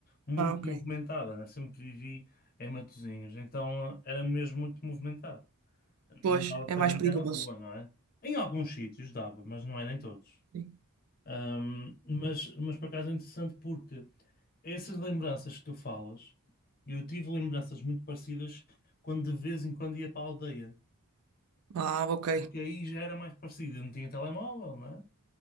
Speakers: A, on the left (about 40°); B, on the right (about 70°).
A: muito
B: Ah, ok.
A: movimentada, né? Sempre vivi em Matosinhos, então era mesmo muito movimentado. Não
B: Pois,
A: dava para
B: é mais
A: brincar
B: perigoso.
A: na rua, não é? Em alguns sítios dava, mas não era em todos.
B: Sim.
A: Ahm, mas, mas por acaso é interessante porque essas lembranças que tu falas, eu tive lembranças muito parecidas quando de vez em quando ia para a aldeia,
B: Ah, ok.
A: porque aí já era mais parecido, eu não tinha telemóvel, né?